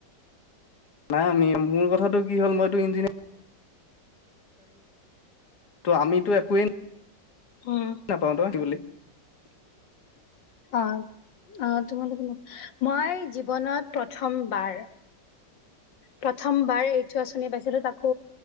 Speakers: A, on the left; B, on the left.
A: নাই আমি মোৰ কথাটো কি হ'ল মইতো ইঞ্জিনিয়াৰ ত আমিতো একোৱে নাই
B: উম
A: নাপাওঁ তোতিব বুলি উ
B: অ অ তোমালোকে মই জীৱনত প্ৰথমবাৰ প্ৰথম বাৰ এইটো আচনি পাইছিলো তাকো